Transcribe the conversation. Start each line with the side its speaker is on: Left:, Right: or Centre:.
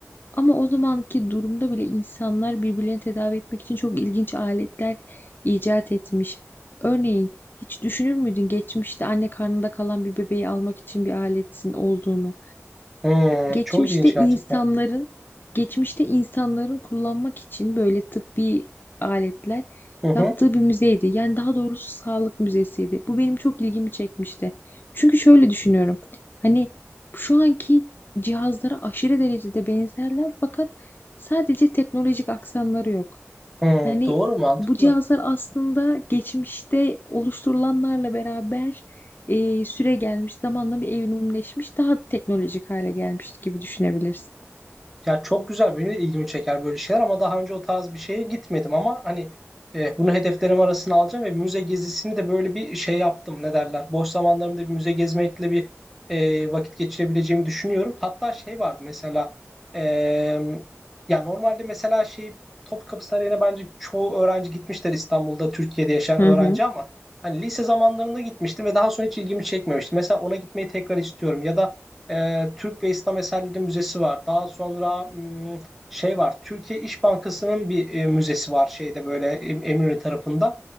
Left: Ama o zamanki durumda bile insanlar birbirlerini tedavi etmek için çok ilginç aletler icat etmiş. Örneğin hiç düşünür müydün geçmişte anne karnında kalan bir bebeği almak için bir aletin olduğunu?
Centre: Hmm,
Left: geçmişte
Centre: çok ilginç
Left: insanların
Centre: gerçekten.
Left: geçmişte insanların kullanmak için böyle tıbbi aletler
Centre: Hı hı.
Left: yaptığı bir müzeydi. Yani daha doğrusu sağlık müzesiydi. Bu benim çok ilgimi çekmişti. Çünkü şöyle düşünüyorum. Hani şu anki cihazlara aşırı derecede benzerler fakat sadece teknolojik aksanları yok.
Centre: Hı,
Left: Hani
Centre: doğru mantıklı.
Left: bu cihazlar aslında geçmişte oluşturulanlarla beraber e, süre gelmiş, zamanla bir evrimleşmiş, daha teknolojik hale gelmiş gibi düşünebilirsin.
Centre: Ya çok güzel benim de ilgimi çeker böyle şeyler ama daha önce o tarz bir şeye gitmedim ama hani e, bunu hedeflerim arasına alacağım ve müze gezisini de böyle bir şey yaptım ne derler. Boş zamanlarımda bir müze gezmekle bir e, vakit geçirebileceğimi düşünüyorum. Hatta şey vardı mesela e, ya normalde mesela şey Topkapı Sarayı'na bence çoğu öğrenci gitmişler İstanbul'da Türkiye'de yaşayan
Left: Hı
Centre: öğrenci
Left: hı,
Centre: ama hani lise zamanlarında gitmiştim ve daha sonra hiç ilgimi çekmemişti. Mesela ona gitmeyi tekrar istiyorum ya da e, Türk ve İslam Eserleri Müzesi var. Daha sonra hmm, şey var. Türkiye İş Bankası'nın bir e, müzesi var şeyde böyle Em- Eminönü tarafında.